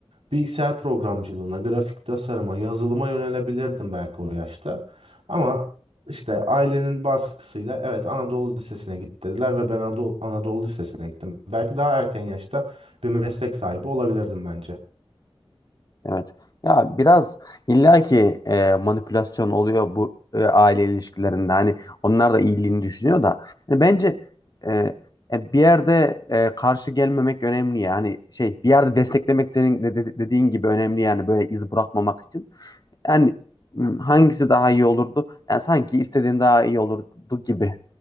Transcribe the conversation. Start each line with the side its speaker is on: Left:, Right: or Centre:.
Right: bilgisayar programcılığına, grafik tasarıma, yazılıma yönelebilirdim belki o yaşta. Ama işte ailenin baskısıyla evet Anadolu Lisesi'ne git dediler ve ben Anadolu, Anadolu Lisesi'ne gittim. Belki daha erken yaşta bir meslek sahibi olabilirdim bence.
Left: Evet. Ya biraz illaki e, manipülasyon oluyor bu e, aile ilişkilerinde. Hani onlar da iyiliğini düşünüyor da. Yani bence e, e, bir yerde e, karşı gelmemek önemli yani şey bir yerde desteklemek senin de- de- dediğin gibi önemli yani böyle iz bırakmamak için. Yani m, hangisi daha iyi olurdu? Yani sanki istediğin daha iyi olurdu gibi